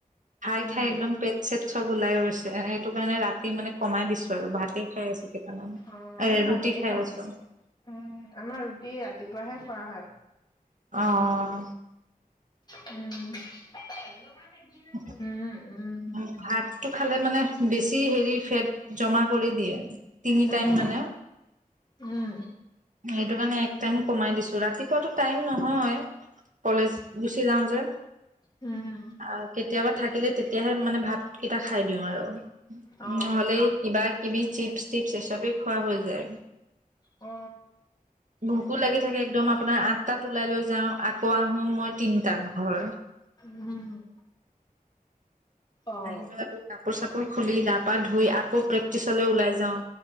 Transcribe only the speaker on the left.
উম,
অ', আমি
ভাতেই
খাওঁ।
উম, আমাৰ ৰুটি ৰাতিপুৱাহে খোৱা হয়।
<inaudible> উম, উম,
উম,
উম,
উম,
উম,
অ,
অ, উম,
উম, অ',